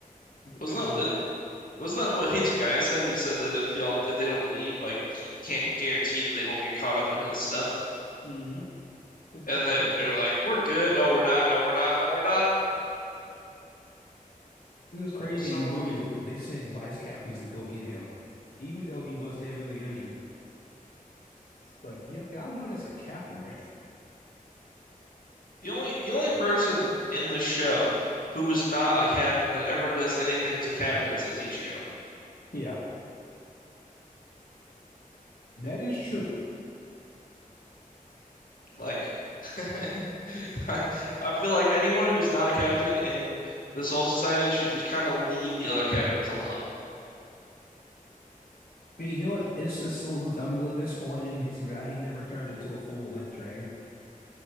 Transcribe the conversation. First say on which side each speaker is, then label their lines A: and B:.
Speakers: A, on the left; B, on the left.
A: wasn't
B: Like the bat.
A: that wasn't that what Hitsugaya said? He said that if y'all if they don't leave, like he can't guarantee that they won't get caught up in his stuff.
B: hmm That's
A: And they
B: like
A: they're like, we're good. No, we're not. No, we're not. No, we're not.
B: it was crazy.
A: I was so
B: In the
A: wrong.
B: movie, they sent vice captains to go get him, even though he was heavily injured. It's like, yep, y'all know that's a captain, right?
A: The only the only person in the show who is not a captain that ever does anything to captains is Ichigo.
B: <laughs> Yeah, that is true.
A: Like <laughs> I, I feel like anyone who's not a captain in the Soul Society should just kind of leave the other captains alone.
B: And you know what? It's it's a little- I'm a little disappointed in his guy. He never turned into a full like dragon.